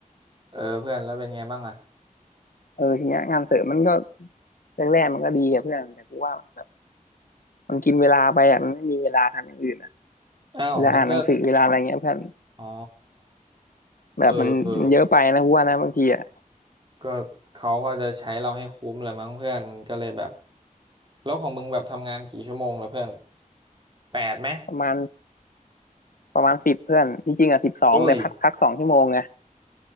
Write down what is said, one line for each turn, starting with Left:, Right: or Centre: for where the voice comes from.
Right: เออเพื่อนแล้วเป็นไงบ้างอ่ะ
Left: เออทีเนี้ยงานเสริมมันก็แรกๆมันก็ดีอะเพื่อนแต่กูว่ามันแบบมันกินเวลาไปอะมันไม่มีเวลาทำอย่างอื่นอะ
Right: อ้าวมันก็
Left: เวลาอ่านหนังสือเวลาอะไรเงี้ยเพื่อน
Right: อ๋อ
Left: แบบมันมันเยอะไปนะกูว่านะบางทีอะ
Right: เออเออก็เขาก็จะใช้เราให้คุ้มเลยมั้งเพื่อนก็เลยแบบแล้วของมึงแบบทำงานกี่ชั่วโมงแล้วเพื่อนแปดไหม
Left: ประมาณประมาณสิบเพื่อนที่จริงอะสิบสองแต่พักพักสองชั่วโมงไง
Right: อุ้ย